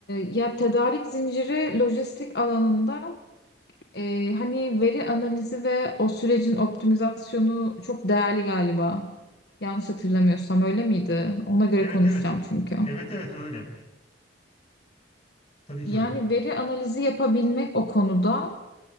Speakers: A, on the left (about 60°); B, on the left (about 35°).
A: ya tedarik zinciri lojistik alanında e, hani veri analizi ve o sürecin optimizasyonu çok değerli galiba. Yanlış hatırlamıyorsam öyle miydi? Ona göre
B: Evet,
A: konuşacağım
B: evet.
A: çünkü.
B: Evet, evet öyle. Tabii ki
A: Yani
B: öyle.
A: veri analizi yapabilmek o konuda